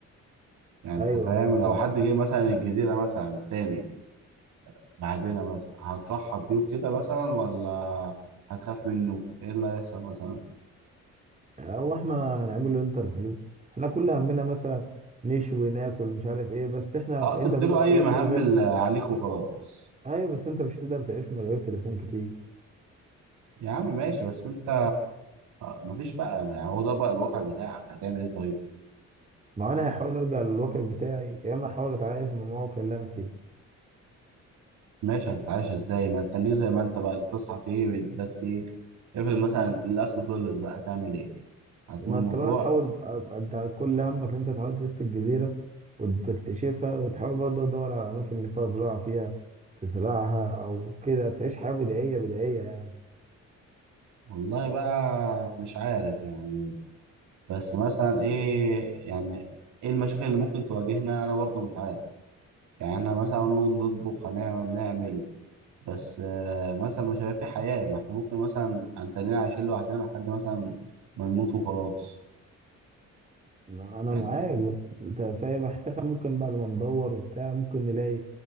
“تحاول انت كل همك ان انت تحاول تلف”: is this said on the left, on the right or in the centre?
Right